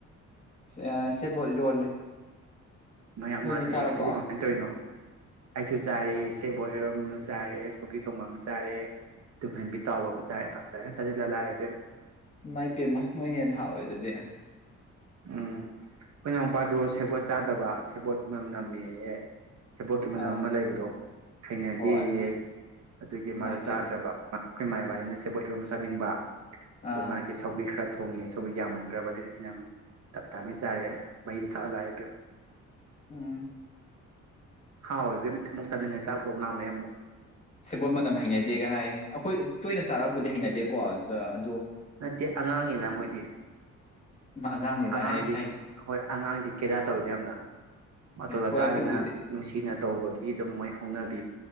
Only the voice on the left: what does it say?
ꯑ ꯁꯦꯕꯣꯠ ꯏꯔꯣꯜꯂꯦ
ꯅꯣꯏꯗꯤ
ꯆꯥꯔꯕꯣ
ꯃꯥꯏ ꯄꯦꯝꯃ ꯅꯣꯏꯅ ꯍꯦꯟꯅ ꯍꯥꯎꯋꯦ ꯑꯗꯨꯗꯤ
ꯑꯥ
ꯍꯣꯏ
ꯏꯃꯥꯏ
ꯄꯦꯝꯃ
ꯑꯥ
ꯎꯝ
ꯁꯕꯣꯠ ꯃꯅꯝ ꯍꯩꯅꯗꯦꯒ ꯍꯥꯏ ꯑꯩꯈꯣꯏ ꯇꯣꯏꯅ ꯆꯥꯔꯕꯨꯗꯤ ꯍꯩꯅꯗꯦꯀꯣ ꯑ ꯑꯗꯨ
ꯑꯉꯥꯡꯅꯤꯅ
ꯍꯥꯏꯌꯦ ꯁꯥꯏ
ꯍꯣꯏ
ꯑꯗꯨꯕꯨꯗꯤ